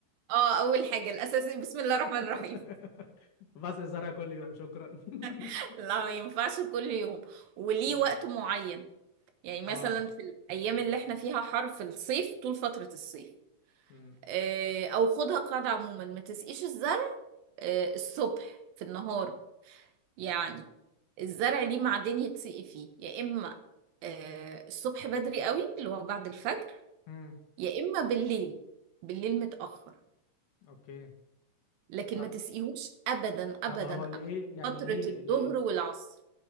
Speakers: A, on the right; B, on the left.
A: اه اول حاجة الاساسي بسم الله الرحمن
B: <laughs>
A: الرحيم
B: بس الزرع كل يوم شكرا <laughs>
A: <laughs> لا ما ينفعش كل يوم وليه
B: مم.
A: وقت معين يعني مثلا
B: اه
A: في الايام اللي احنا فيها حر في الصيف طول فترة الصيف
B: امم
A: آه، او خدها قاعدة عموما ما تسقيش الزرع آه، الصبح في النهار يعني الزرع ليه معدن يتسقي فيه يا اما آه، الصبح بدري قوي اللي هو بعد الفجر
B: امم
A: يا اما بالليل بالليل متأخر
B: اوكي
A: لكن
B: طب
A: ما تسقيهوش ابدا ابدا
B: طب هو
A: أبداً
B: ليه يعني
A: فترة
B: ليه
A: الظهر
B: ليه
A: والعصر